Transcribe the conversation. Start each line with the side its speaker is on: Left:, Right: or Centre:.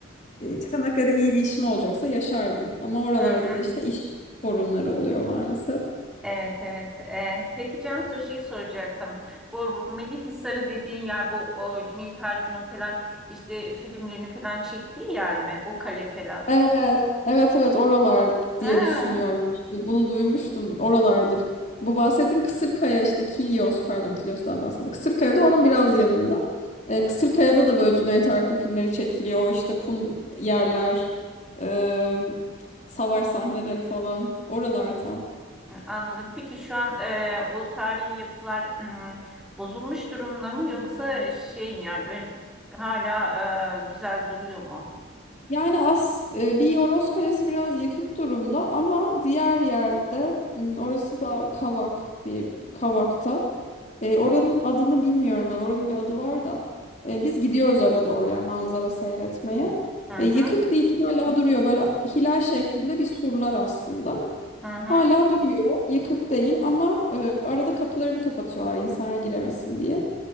Left: E, Çanakkale'de iyi bir işim olacaksa yaşardım. Ama oralarda
Centre: Hı hı.
Left: da işte iş sorunları oluyor maalesef.
Centre: Evet evet. Ee, peki Cansu şeyi soracaktım. Bu Rumeli Hisarı dediğin yer bu o, Cüneyt Arkın'ın falan işte filmlerini falan çektiği yer mi? O kale falan.
Left: Evet, evet, evet oralar
Centre: Ha,
Left: diye düşünüyorum. Yani Bunu duymuştum, oralardır. Bu bahsettiğim Kısırkaya işte Kilyos, pardon Kilyos'tan bahsettim. Kısırkaya da onun biraz yanında. Ee, Kısırkaya'da da böyle Cüneyt Arkın filmleri çekiliyor. O işte kum yerler, e, savaş sahneleri falan. Oralar tam.
Centre: anladım. Peki şu an e, o tarihi yapılar hmm, bozulmuş durumda mı yoksa şey mi yani ön- hala e, güzel duruyor mu?
Left: Yani as e, bir Yoros Kalesi biraz yıkık durumda ama diğer yerde m, orası da Kavak diye Kavak'ta. E, oranın adını bilmiyorum ben. Oranın bir adı var da. E, biz gidiyoruz arada oraya manzara seyretmeye.
Centre: Hı
Left: E,
Centre: hı
Left: yıkık değil hala duruyor. Böyle hilal şeklinde bir surlar aslında.
Centre: hı hı.
Left: Hala duruyor. Yıkık değil ama e, arada kapılarını kapatıyorlar insanlar giremesin diye.